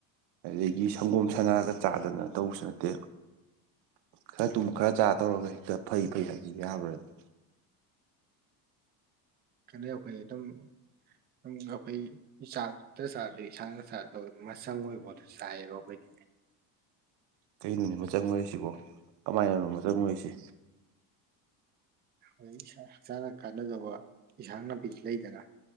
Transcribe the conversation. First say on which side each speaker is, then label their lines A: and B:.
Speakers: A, on the right; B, on the right.
A: ꯑꯗꯒꯤ ꯁꯪꯒꯣꯝ ꯁꯅꯥꯒ ꯆꯥꯗꯅ ꯇꯧꯕꯁꯨ ꯅꯠꯇꯦ ꯈ꯭ꯔ ꯇꯨꯝ ꯈꯔ ꯆꯥ ꯇꯧꯔꯒ ꯍꯦꯛꯇ ꯐꯩ ꯐꯩ ꯍꯥꯏꯕꯖꯤ ꯌꯥꯕ꯭ꯔꯥꯅꯦ
B: ꯈꯟꯗꯦ ꯑꯈꯣꯏ ꯑꯗꯨꯝ <unintelligible> ꯆꯥꯛꯇ ꯆꯥꯕꯗꯤ ꯌꯦꯟꯁꯥꯡꯅ ꯆꯥꯗꯧ ꯃꯆꯪ ꯑꯣꯏꯕ ꯄꯣꯠꯇꯣ ꯆꯥꯏꯌꯦꯕ ꯑꯈꯣꯏꯗꯤ
A: ꯀꯩꯅꯣꯅꯦ ꯃꯆꯪ ꯑꯣꯏꯔꯤꯁꯤꯕꯣ ꯀꯃꯥꯏꯅꯅꯣ ꯃꯆꯪ ꯑꯣꯏꯔꯤꯁꯤ
B: ꯍꯣꯏ ꯏꯁꯥ ꯍꯛꯆꯥꯡꯅ ꯀꯥꯟꯅꯗꯧꯕ ꯏꯁꯥꯡ ꯅꯥꯄꯤ ꯂꯩꯗꯅ